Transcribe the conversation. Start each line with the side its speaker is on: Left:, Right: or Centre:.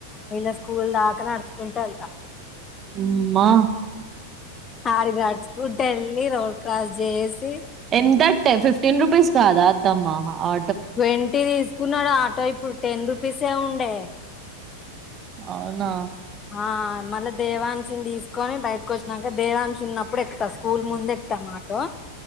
Left: వీళ్ళ స్కూల్ దాకా నడుచుకుంటూ వెళ్తా
Right: ఉమ్మ్మా
Left: ఆడది ఆడ్చ కూ వెళ్ళి రోల్ కాల్ జేసి
Right: ఎంతంటే ఫిఫ్టీన్ రూపీస్ కాదా త్తమ్మా ఆ
Left: వెంటే దీస్ కున్నాడు ఆటో ఇప్పుడు టెన్ రూపీసే ఉండే
Right: అవునా
Left: ఆ మళ్ళ దేవాంశుని తీసుకొని బయటకు వచ్చినాక దేవాంశి ఉన్నప్పుడు ఎక్కుతాం స్కూల్ ముందు ఎక్కుతామాటో